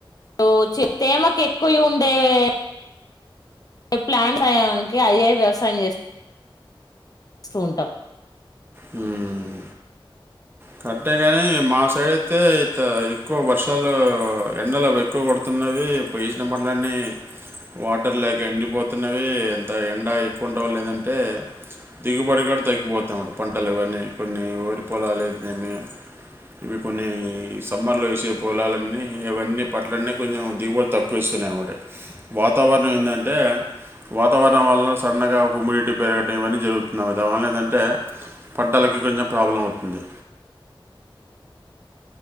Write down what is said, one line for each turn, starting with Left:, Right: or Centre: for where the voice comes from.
Left: ో చే ప్రేమకెక్కువ ఉండేవే ప్లాన్స్యడానికి ఐఐ వ్యవసాయం చేస్తుంది స్తూంటాం
Right: హ్మ్ కరటే గాని మా సైడ్ అయితే ఇంకా ఎక్కువ వర్షాలు ఎండలు ఎక్కువ కొడుతున్నా ఉన్నది పోసిన పనులన్నీ వాటర్ లేక ఎండిపోతున్నవి ఎంత ఎండ ఎక్కువ ఉంటే వాళ్ళు ఏంటంటే దిగుబడి కూడా తగ్గిపోతాన్నమాట పంటలు ఇవన్నీ కొన్ని ఓరిపోొలాలు అయితేనేమి ఇవి కొన్ని సమ్మర్లో వేసే పొలాలన్నీ ఇవన్నీ పట్లన్నీ కొంచెం దిగుబడు తక్కువ ఇస్తాయి వన్నాయిమాట వాతావరణం ఏంటంటే వాతావరణం వల్ల సడన్గా హ్యూమిడిటీ పెరగడం ఇవన్నీ జరుగుతున్నాము దావల్ల ఏందాంటే పంటలకీ కొంచెం ప్రాబ్లం అవుతుంది